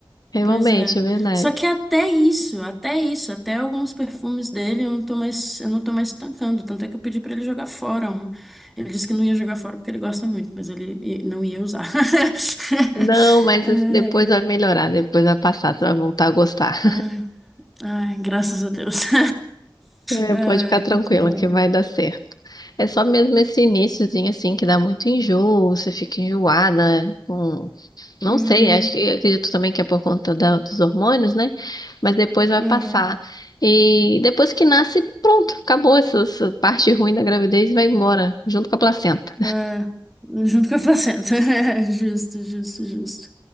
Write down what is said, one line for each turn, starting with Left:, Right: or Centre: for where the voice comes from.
Left: Realmente,
Centre: Pois é.
Left: é verdade.
Centre: Só que até isso, até isso, até alguns perfumes dele eu não tô mais, eu não tô mais tancando. Tanto é que eu pedi pra ele jogar fora um. Ele disse que não ia jogar fora porque ele gosta muito, mas ele i- não ia usar. <laughs>
Left: Não, mas
Centre: Ai,
Left: isso depois vai melhorar, depois vai passar, você vai voltar a gostar.
Centre: ai, ai, graças a Deus. <laughs>
Left: É,
Centre: Ai,
Left: pode ficar tranquila
Centre: muito bom.
Left: que vai dar certo. É só mesmo esse iniciozinho assim que dá muito enjoo, você fica enjoada, com... não
Centre: Uhum,
Left: sei, acho que acredito também que é por conta da- dos hormônios, né? Mas depois vai
Centre: uhum.
Left: passar. E depois que nasce, pronto, acabou essa, essa parte ruim da gravidez e vai embora, junto com a placenta.
Centre: É, junto com a placenta. <laughs> Justo, justo, justo.